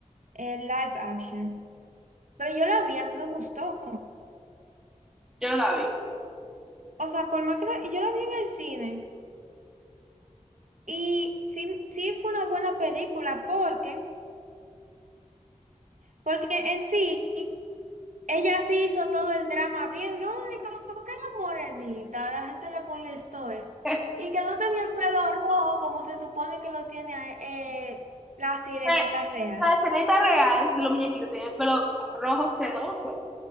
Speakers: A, on the right; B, in the centre.
A: el live action, pero yo la vi, a mí me gustó.
B: yo no la vi.
A: O sea, por más que la- yo la vi en el cine y sí, sí fue una buena película porque, porque en sí, ella sí hizo todo el drama bien, ¿no? morenita, la gente le pone esto es.
B: <laughs>
A: Y que no tenía el pelo rojo como se supone que lo tiene eh, la sirenita
B: Eh,
A: real.
B: La Ceneta real, los muñequitos tenían el pelo rojo sedoso.